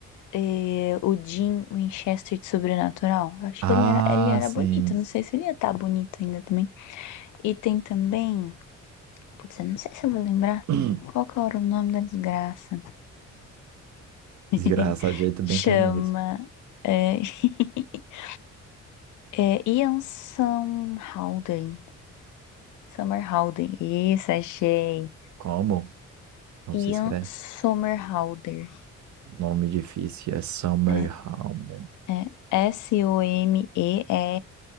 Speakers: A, on the left; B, on the right.
A: É, o Jim Winchester de Sobrenatural. Eu acho
B: Ah,
A: que ele era, ele era
B: sim.
A: bonito. Não sei se ele ia estar bonito ainda também. E tem também. Putz, eu não sei se eu vou lembrar.
B: <clears throat>
A: Qual que era o nome da desgraça? <laughs>
B: Desgraça, jeito bem
A: Chama.
B: carinhoso.
A: É, <laughs> é Ian Somerhalder. Summerhalder. Isso, achei.
B: Como? Não
A: Ian
B: se escreve.
A: Somerhalder.
B: Nome difícil é Summer
A: É,
B: Home.
A: é S-O-M-E-R-H-A-L-D-E-R. E